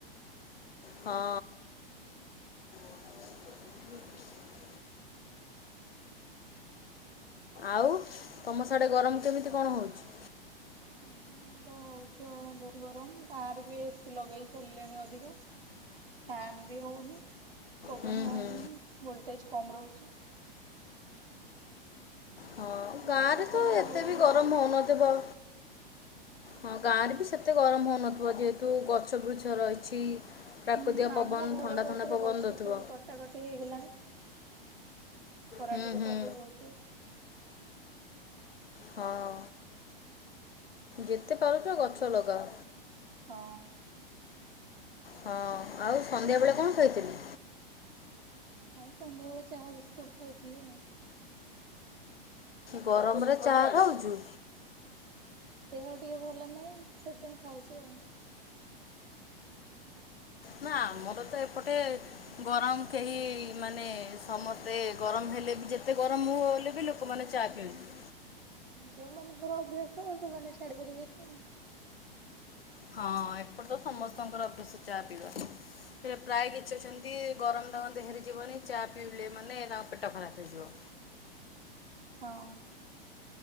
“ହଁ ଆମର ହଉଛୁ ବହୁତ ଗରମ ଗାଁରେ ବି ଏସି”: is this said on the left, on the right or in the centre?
Right